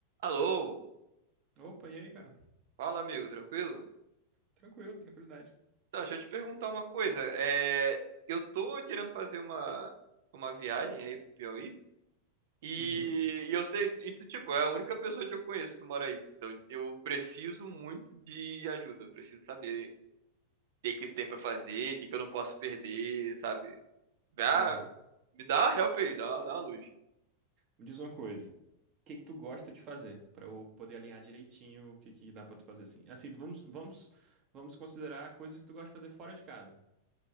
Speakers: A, on the right (about 55°); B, on the right (about 35°).
A: Alô,
B: Opa, e aí, cara?
A: fala amigo, tranquilo?
B: Tranquilo, tranquilidade.
A: Então, deixa eu te perguntar uma coisa. É, eu tô querendo fazer uma, uma viagem aí pro Piauí e,
B: Uhum,
A: e eu sei, e tu, tipo, é a única pessoa que eu conheço que mora aí. Então, eu preciso muito de ajuda, preciso saber o que que tem pra fazer, o que que eu não posso perder, sabe? Dá,
B: aham.
A: me dá uma help aí, dá, dá uma luz.
B: Me diz uma coisa. O que que tu gosta de fazer? Pra eu poder alinhar direitinho o que que dá pra tu fazer assim. Assim, vamos, vamos, vamos considerar coisas que tu gosta de fazer fora de casa.